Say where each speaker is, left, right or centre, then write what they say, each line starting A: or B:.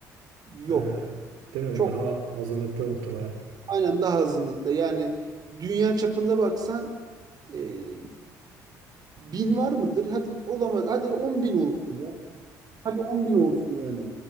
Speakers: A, on the right; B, on the right.
A: Yok.
B: e, değil mi?
A: Çok
B: Daha azınlıkta muhtemelen.
A: aynen daha azınlıkta. Yani dünya çapında baksan e, bin var mıdır? Hadi olamaz. Hadi on bin olsun ya. Hadi on bin olsun yani.